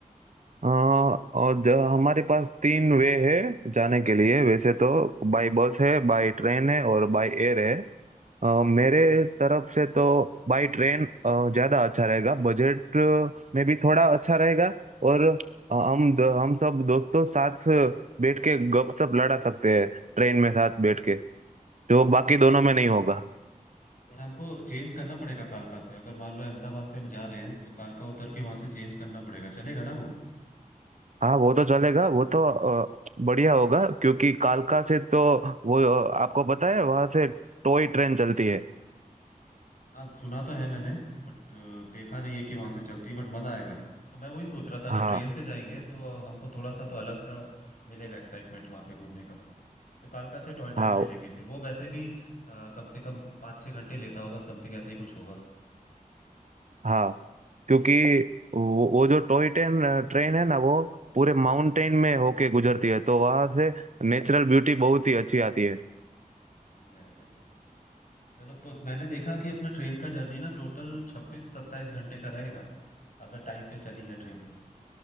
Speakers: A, on the right (about 55°); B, on the left (about 65°).
A: हाँ और ज- हमारे पास तीन वे है जाने के लिए वैसे तो बाय बस है बाय ट्रेन है और बाय एयर है अ, मेरे तरफ से तो बाय ट्रेन ज़्यादा अच्छा रहेगा बजट में भी थोड़ा अच्छा रहेगा और अ, हम द- हम सब दोस्तों साथ बैठ के गपशप लड़ा सकते हैं ट्रेन में साथ बैठ के जो बाकी दोनों
B: भी
A: में नहीं
B: ठीक
A: होगा
B: है बट हमको चेंज करना पड़ेगा कालका से अगर मान लो अहमदाबाद से हम जा रहे हैं तो कालका उतर के वहां से चेंज करना पड़ेगा चलेगा ना वो
A: हाँ वो तो चलेगा वो तो अ, बढ़िया होगा क्योंकि कालका से तो वो अ, आपको पता है वहां से टॉय ट्रेन चलती है
B: हाँ सुना तो है मैंने बट देखा नहीं है कि वहां से चलती है बट मजा आएगा तो मैं वही सोच रहा था अगर
A: हाँ
B: ट्रेन से जाएंगे तो हमको थोड़ा सा तो अलग सा मिलेगा एक्साइटमेंट वहां पे घूमने का तो कालका से टॉय ट्रेन
A: हाँ
B: ले लेंगे फिर वो वैसे भी अ, कम से कम पाँच छः घंटे लेता होगा समथिंग ऐसे ही कुछ होगा
A: हाँ क्योंकि वो, वो जो टॉय ट्रेन ट्रेन है ना वो पूरे माउंटेन में होके गुजरती है तो वहां से
B: हाँ
A: नेचुरल
B: हाँ,
A: ब्यूटी बहुत ही अच्छी आती है
B: बढ़िया है फिर तो चलो प- मैंने देखा कि अपना ट्रेन का जर्नी ना टोटल छब्बीस सत्ताईस घंटे का रहेगा अगर टाइम पे चली है ट्रेन तो